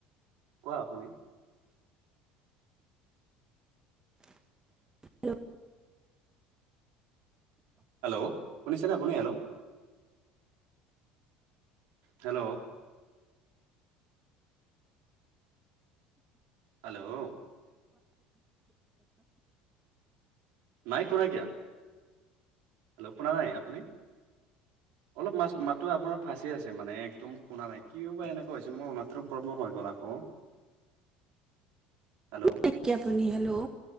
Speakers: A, on the right (about 55°); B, on the right (about 15°).
A: কোৱা আপুনি
B: হেল্ল'
A: হেল্ল' শুনিছেনে আপুনি হেল্ল' হেল্ল' হেল্ল' নাই শুনা কিয়া হেল্ল' শুনা নাই আপুনি অলপ মাছ মাতো আপোনাৰ ফাঁচি আছে মানে একদম শুনা নাই কিয় বা এনেকুৱা হৈছে মোৰৰুণ প্ৰব্লেম হৈ গ'ল আকৌ হেল্ল'
B: নেকি আপুনি হেল্ল'